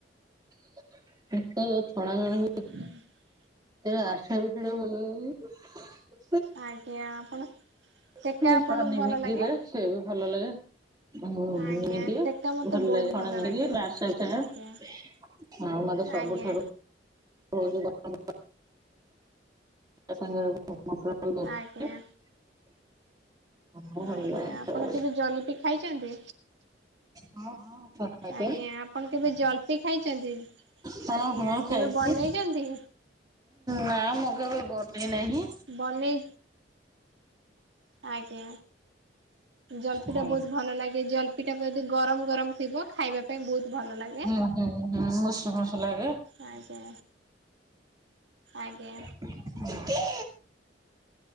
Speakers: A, on the right (about 20°); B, on the right (about 75°).
A: <unintelligible>
B: <inaudible>
A: <unintelligible> ଆଶା <unintelligible>
B: ଆଜ୍ଞା ଆପଣ ସେକା
A: ସେ
B: ଆପଣଙ୍କୁ
A: କାମିନିରେ
B: ଭଲ ଲାଗେ?
A: ସେ ବି ଭଲ ଲାଗେ। ମୋ ବୋହୂଟେ
B: ଆଜ୍ଞା ସେକା ମତେ
A: ଭଲ
B: ବହୁତ
A: ଲାଗ କଣ ଟିକେ
B: ଲାଗେ।
A: <unintelligible> ଥିଲା।
B: ଆଜ୍ଞା
A: ହଁ ମତେ ସବୁଠାରୁ
B: ଆଜ୍ଞା
A: <unintelligible> <unintelligible>
B: ଆଜ୍ଞା
A: ତରକାରୀ
B: ଆଜ୍ଞା
A: ଭଲ ଲାଗେ
B: ଆପଣ
A: ସବୁ।
B: କେବେ ଜଲିପି ଖାଇଚନ୍ତି?
A: ହଁ ହଁ। ତ ଖାଇଛ?
B: ଆଜ୍ଞା ଆପଣ କେବେ ଜଲପି ଖାଇଚନ୍ତି?
A: ହଁ
B: ଆଜ୍ଞା
A: ହଁ ଖାଇଛି
B: କେବେ ବନେଇଚନ୍ତି?
A: ନା ମୁଁ କେବେ ବନେଇ ନାହିଁ।
B: ବନେଇ ଆଜ୍ଞା। ଜଲପିଟା
A: ହୁଁ
B: ବୋହୁତ ଭଲ ଲାଗେ ଜଲପିଟା ଯଦି ଗରମ ଗରମ ଥିବ ଖାଇବା ପାଇଁ ବୋହୁତ ଭଲ ଲାଗେ।
A: ହୁଁ ହୁଁ ମୁସୁ ମୁସୁ ଲାଗେ।
B: ଆଜ୍ଞା। ଆଜ୍ଞା।
A: <inaudible>